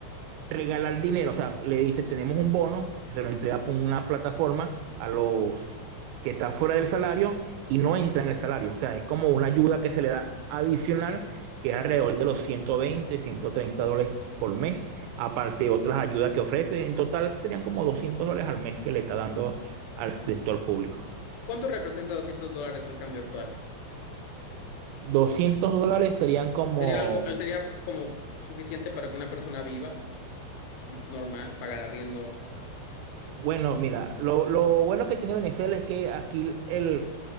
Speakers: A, on the right (about 85°); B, on the left (about 85°).
A: regalar dinero, o sea, le dice, tenemos un bono que se lo entrega por una plataforma a los que están fuera del salario y no entran en el salario. O sea, es como una ayuda que se le da adicional, que es alrededor de los ciento veinte, ciento treinta dólares por mes, aparte de otras ayudas que ofrece. En total serían como 200 dólares al mes que le está dando al sector público.
B: ¿Cuánto representa 200 dólares al cambio actual?
A: 200 dólares serían como...
B: Sería algo, sería como suficiente para que una persona viva, vi- normal, pagar arriendo,
A: Bueno, mira, lo, lo bueno que tiene Venezuela es que aquí el,